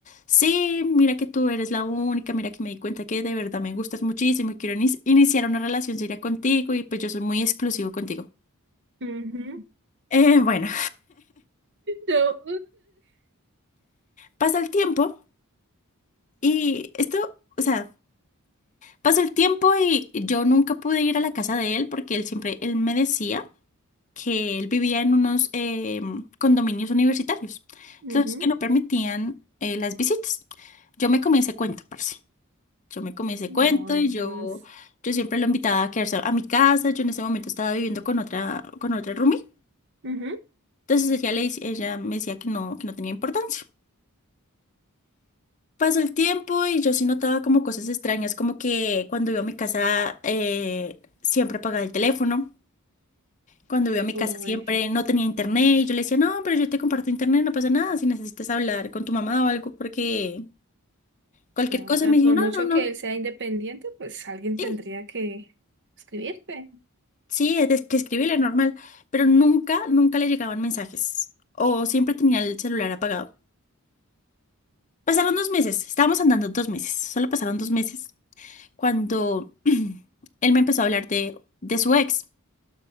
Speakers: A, on the left; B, on the right.
A: Sí, mira que tú eres la única, mira que me di cuenta que de verdad me gustas muchísimo y quiero inis- iniciar una relación seria contigo y pues yo soy muy exclusivo contigo.
B: ujú.
A: Eh, bueno,
B: No.
A: pasa el tiempo y esto, o sea, pasa el tiempo y yo nunca pude ir a la casa de él porque él siempre, él me decía que él vivía en unos eh, condominios universitarios,
B: Ujú.
A: entonces que no permitían eh, las visitas. Yo me comí ese cuento, parce. Yo me comí ese
B: No,
A: cuento
B: eso
A: y yo,
B: es.
A: yo siempre lo invitaba a quedarse a mi casa. Yo en ese momento estaba viviendo con otra, con otra roomie.
B: Ujú.
A: Entonces ella, le, dice- ella me decía que no, que no tenía importancia. Pasó el tiempo y yo sí notaba como cosas extrañas, como que cuando iba a mi casa eh, siempre apagaba el teléfono. Cuando iba a mi
B: Uy,
A: casa siempre no tenía internet y yo le decía, no, pero yo te comparto internet, no pasa nada, si necesitas hablar con tu mamá o algo, porque cualquier
B: no,
A: cosa
B: o sea,
A: Y me dijo,
B: por
A: no,
B: mucho
A: no, no.
B: que él sea independiente, pues alguien
A: sí
B: tendría que escribirte.
A: Sí, es que escribirle normal, pero nunca, nunca le llegaban mensajes. O siempre tenía el celular apagado. Pasaron dos meses, estábamos andando dos meses, solo pasaron dos meses, cuando <clears throat> él me empezó a hablar de, de su ex.